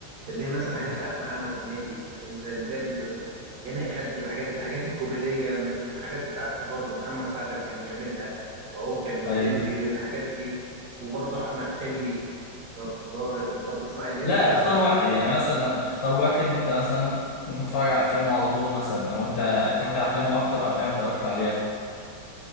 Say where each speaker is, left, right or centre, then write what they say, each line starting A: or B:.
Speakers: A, on the right; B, on the left.
A: اللي هي مثلا
B: آه.
A: الحاجات بتاعت محمد هنيدي اللي هي ال- ال- يانا يا خالتي والحاجات دي الحاجات الكوميدية الحاجات بتاعت برضه محمد سعد اللي كان بيعملها عوكل واللمبي
B: ايوه
A: والحاجات دي وبرضه أحمد حلمي ظرف طارق ومطب صناعي اللي هي
B: لا
A: الحاجات
B: اختار واحد يعني مثلا اختار واحد انت مثلا ممكن تتفرج على افلامه على طول مثلا او انت اتفرجت على افلامه اكتر افلام اتفرجت عليها